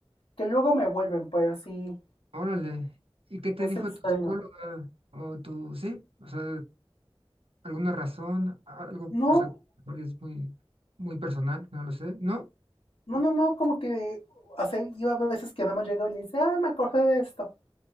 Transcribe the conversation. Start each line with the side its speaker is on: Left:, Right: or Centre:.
Left: que luego me vuelven, pero sí,
Right: órale. ¿Y qué te
Left: es
Right: dijo
Left: extraño.
Right: tu psicóloga? O tu, sí, o sea, alguna razón, A- algo,
Left: No,
Right: o sea, es muy, muy personal, no lo sé. No,
Left: no, no, no, como que, hace yo a veces que nada más llegaba y le dice, ah, me acordé de esto.